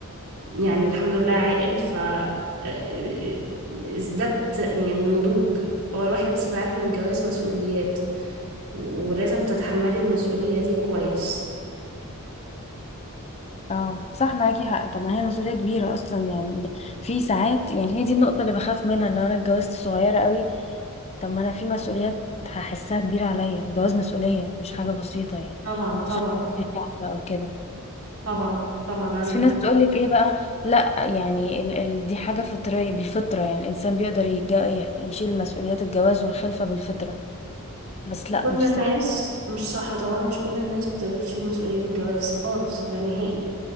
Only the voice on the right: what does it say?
يعني الحمد لله عاقل ف آه، آه، ازددت يعني النضوج هو الواحد بس يبقى عارف ان الجواز مسؤوليات ولازم تتحملي المسؤولية دي كويس
طبعا
طبعا
طبعا طبعا عندك
حق
كل
الناس
مش صح طبعا مش كل الناس بتقدر تشيل مسؤولية الجواز خالص ده نهائي